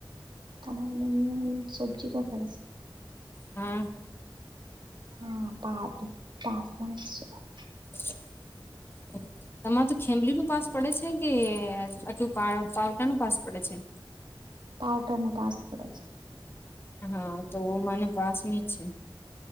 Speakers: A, on the right; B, on the left.
A: તમારેની સબ્જી કકાડા છે <unintelligible>
B: હા <inaudible>
A: હા બાર પાચ માસ <unintelligible>
B: <inaudible> <inaudible> તમારે તો ખેમલી નું પાસ પડે છે કે આટલું પાવટા નું પાસ પડે છે <unintelligible>
A: પટર નું પાસપર્ડ છે <unintelligible>
B: હા તો મને પાસ ની જ છે <unintelligible>